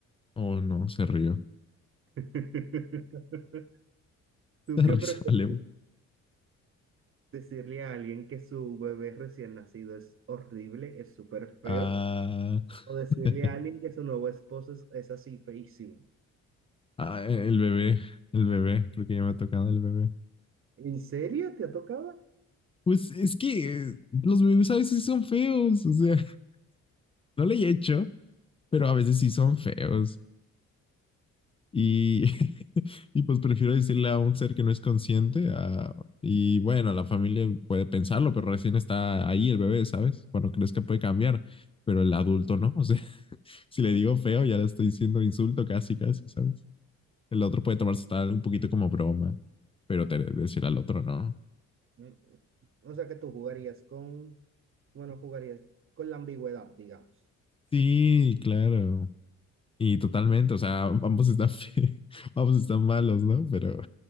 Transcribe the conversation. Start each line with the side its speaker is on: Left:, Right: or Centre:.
Left: Oh, no, se rió.
Right: <laughs>
Left: <laughs> Se
Right: ¿Tú qué
Left: risa,
Right: prefieres?
Left: vale. güey.
Right: ¿Decirle a alguien que su bebé recién nacido es horrible, es súper feo?
Left: Ah,
Right: ¿O decirle
Left: <laughs>
Right: a alguien que su nuevo esposo es, es así feísimo?
Left: ah, el bebé, el bebé, creo que ya me ha tocado el bebé.
Right: ¿En serio te ha tocado?
Left: Pues es que eh, los bebés a veces sí son feos, o sea, <laughs> no le he hecho, pero a veces sí son feos. Y, <laughs> y pues prefiero decirle a un ser que no es consciente. a- y bueno, la familia puede pensarlo, pero recién está ahí el bebé, ¿sabes? Cuando crees que puede cambiar, pero el adulto no. O sea, <laughs> si le digo feo, ya le estoy diciendo insulto casi, casi, ¿sabes? El otro puede tomarse tal un poquito como broma, pero te, decir al otro no.
Right: Mm, mm. O sea que tú jugarías con, bueno, jugarías con la ambigüedad, digamos.
Left: Sí, claro. Y totalmente, o sea, <laughs> ambos están, fe- <laughs> ambos están malos, ¿no? Pero,